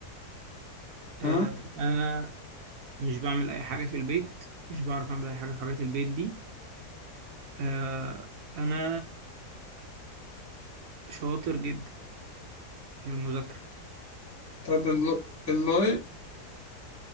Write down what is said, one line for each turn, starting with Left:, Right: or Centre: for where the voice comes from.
Right: آه
Left: ها
Right: انا مش بعمل اي حاجة في البيت مش بعرف اعمل اي حاجة في حاجات البيت دي آه انا شاطر جدا في المذاكرة
Left: طب الل- اللاي